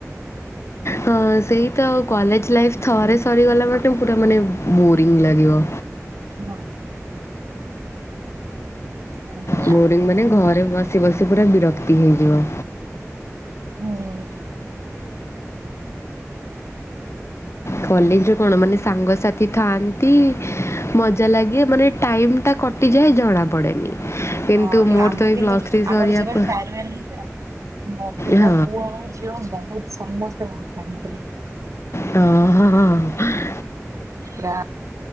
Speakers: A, on the left; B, on the right.
A: ହଁ ସେଇ ତ ଆଉ କଲେଜ୍ ଲାଇଫ୍ ଥରେ ସରିଗଲା ମାନେ ପୁରା ମାନେ ବୋରିଙ୍ଗ ଲାଗିବ।
B: <unintelligible> କଣ କରିବା
A: ବୋରିଙ୍ଗ ମାନେ ଘରେ ବସି ବସି ପୁରା ବିରକ୍ତି ହେଇଯିବ।
B: ହୁଁ।
A: କଲେଜରେ କଣ ମାନେ ସାଙ୍ଗସାଥି ଥାଆନ୍ତି ମଜା ଲାଗେ। ମାନେ ଟାଇମ୍ ଟା କଟିଯାଏ ଜଣାପଡ଼େନି। କିନ୍ତୁ
B: ହଁ।
A: ମୋର
B: ଏ ଆମେ
A: ତ ଏଇ
B: କିନ୍ତୁ
A: ପ୍ଲସ୍
B: ଏ
A: ଥ୍ରୀ ସରିବା
B: ଆମର ଯେବେ
A: ପ
B: ଫେର୍ୱେଲ ହେଇଥିଲା <unintelligible>
A: ହଁ
B: ପୁଅ ହଉ ଝିଅ ବହୁତ୍ ସମସ୍ତେ। <unintelligible>
A: ହଁ, ହଁ ହଁ ହଁ।
B: ପ୍ରା